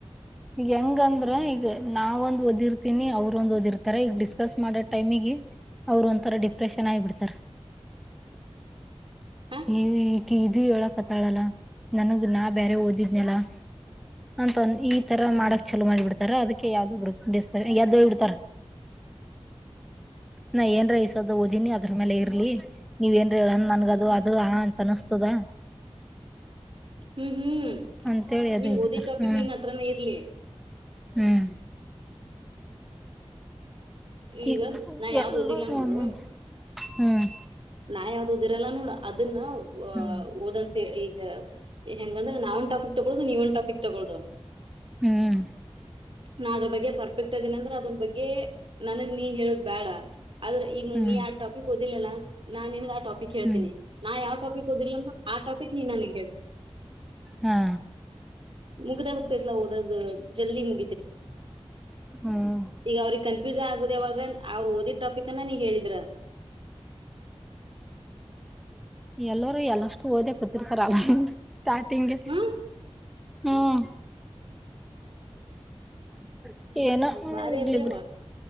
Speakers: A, in the centre; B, on the right (about 55°).
A: ಹೆಂಗಂದ್ರ ಈಗ ನಾವೊಂದ್ ಓದಿರ್ತೀನಿ ಅವ್ರೊಂದ್ ಓದಿರ್ತಾರ ಈಗ ಡಿಸ್ಕಸ್ ಮಾಡೋ ಟೈಮಗ ಅವ್ರ ಒಂಂತರ ಡಿಪ್ರೆಷನ್ ಆಗಿ ಬಿಡ್ತಾರ
B: ಹಾ
A: ಈ ಈ ಇದು ಹೇಳಕ್ತ್ತಾಳಲ್ಲ ನನಗ್ ನಾ ಬೇರೆ ಓದಿದ್ನಲ್ಲ ಅಂತ ಒಂದ ಈ ತರ ಮಾಡಕ್ ಚಲೋ ಮಾಡಿ ಬಿಡ್ತಾರ ಅದಕ್ಕೆ ಯಾವ್ದ ಗ್ರೂಪ್ ಡಿಸ್ಕ ಯ್ದ ಬಿಡ್ತಾರ ನಾ ಏನ್ರ ಇಸದು ಓದಿನಿ ಅದ್ರ ಮೇಲೆ ಇರ್ಲಿ ನೀವ ಏನ್ರ ನನ್ಗ ಅದು ಇದು ಆ ಅಂತ ಅನಸ್ತದ
B: ಹ್ಮ್ ಹ್ಮ್
A: ಅಂತೇಳಿ ಎದ್ದ್
B: ನೀವ
A: ಹೋಗ್ಬಿಡ್ತಾರ
B: ಓದಿ ಟಾಪಿಕ್
A: ಹ್ಮ್
B: ನಿನ್ ಹತ್ರಾನ ಇರ್ಲಿ
A: ಹ್ಮ್
B: ಈಗ
A: ಈ
B: ನಾ ಯಾವ್ದ್
A: ಎಲ್ಲಾರು
B: ಓದಿಲ್ಲ ನೋಡು
A: ಒಂದೊಂದ್ ಹ್ಮ್
B: ನಾ ಯಾವ್ದ್ ಓದಿರಲ್ಲ ನೋಡ ಅದನ್ನ ಆ
A: ಹ್ಮ್
B: ಓದಂತೆ ಈ ಹೆಂಗಂದ್ರೆ ನಾವ ಒನ್ ಟಾಪಕ್ ತಗೊದು ನೀವ ಒಂದು ಟಾಪಿಕ್ ತೊಗೊಳ್ಳದು
A: ಹ್ಮ್
B: ನಾ ಅದ್ರ ಬಗ್ಗೆ ಪರ್ಫೆಕ್ಟ್ ಅದೀನ ಅಂದ್ರೆ ಅದ್ರ ಬಗ್ಗೆ ನನಗ್ ನೀ ಹೇಳೋದ ಬೇಡ ಆದ್ರೆ ಇನ್ನು
A: ಹ್ಮ್
B: ನೀ ಆ ಟಾಪಿಕ್ ಇಲ್ಲಾ ನಾನ್ ನಿನ್ ಆ ಟಾಪಿಕ್ ಹೇಳ್ತೀನಿ
A: ಹ್ಮ್
B: ನಾ ಯಾವ್ ಟಾಪಿಕ್ ಓದಿಲ್ಲ ಆ ಟಾಪಿಕ್ ನೀನ್ ನನಗ್ ಹೇಳ
A: ಹಾ
B: ಮುಗ್ದ ಹೋಗ್ತತ್ಲಾ ಓದ ಜಲ್ದಿ ಮು
A: ಹ್ಮ್
B: ಈಗ ಅವ್ರಿಗೆ ಕನ್ಫ್ಯೂಸನ್ ಆಗುದ ಯಾವಾಗ ಅವರು ಓದಿ ಟಾಪಿಕ್ ಅನ್ನ ನೀ ಹೇಳಿದ್ರ
A: ಎಲ್ಲರುೂ ಎಲ್ಲಷ್ಟು ಓದೆ ಕೂತ್ತತಿರ್ತಾರ ಅಲ್ಲ ಸ್ಟಾರ್ಟಿಂಗ್ಗೆ
B: ಹಾ
A: ಹ್ಮ ಹ್ಮ ಏನ
B: ಬಾರಿ
A: ಇರಲಿ
B: ಅಲ್ಲೇವಾ.
A: ಬಿಡು